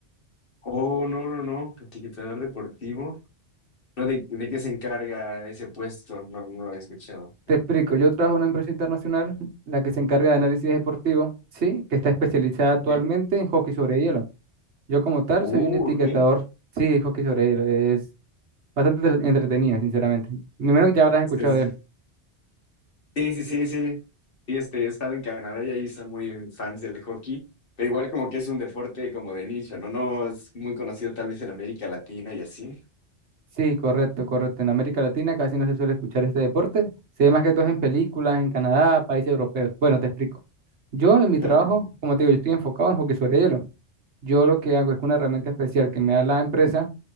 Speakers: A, on the left (about 50°); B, on the right (about 75°).
A: Oh, no, no, no. Etiquetador deportivo. No, ¿de, de qué se encarga ese puesto? No, no lo había escuchado.
B: Te explico, yo trabajo en una empresa internacional, la que se encarga de análisis deportivo, sí, que está especializada actualmente
A: Ok.
B: en hockey sobre hielo. Yo como tal
A: Uh,
B: soy un etiquetador,
A: ok.
B: sí, hockey sobre hielo. es Bastante entre- entretenida, sinceramente. Primero que ya habrás escuchado
A: Sí, sí,
B: de él.
A: sí, sí. sí. Sí, Sí, este, he estado en Canadá y ahí son muy fans del hockey, pero igual como que es un deporte como de nicho, ¿no? No es muy conocido tal vez en América Latina y así.
B: Sí, correcto, correcto. En América Latina casi no se suele escuchar este deporte. Se ve más que todo en películas, en Canadá, países europeos. Bueno, te explico. Yo en mi
A: <laughs>
B: trabajo, como te digo, yo estoy enfocado en hockey sobre hielo. Yo lo que hago es que una herramienta especial que me da la empresa